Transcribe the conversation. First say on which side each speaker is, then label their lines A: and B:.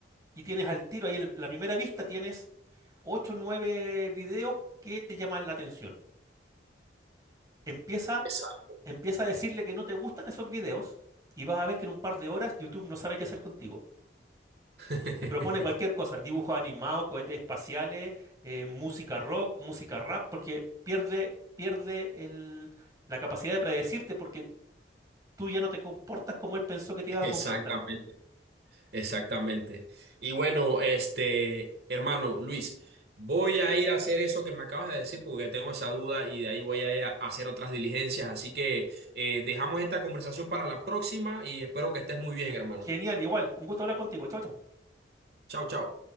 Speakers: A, on the right; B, on the right.
A: y tienes al tiro ahí en el- la primera vista, tienes 8 o 9 videos que te llaman la atención. Empieza,
B: Exacto.
A: empieza a decirle que no te gustan esos videos y vas a ver que en un par de horas YouTube no sabe qué hacer contigo.
B: <laughs>
A: Te propone cualquier cosa, dibujos animados, cohetes espaciales, eh, música rock, música rap, porque pierde, pierde el- la capacidad de predecirte porque tú ya no te comportas como él pensó que te ibas
B: Exactamente,
A: a comportar.
B: exactamente. Y bueno, este, hermano Luis, voy a ir a hacer eso que me acabas de decir porque tengo esa duda y de ahí voy a ir a hacer otras diligencias. Así que eh, dejamos esta conversación para la próxima y espero que estés muy bien, hermano.
A: Genial, igual. Un gusto hablar contigo. Chau, chau.
B: Chao, chao.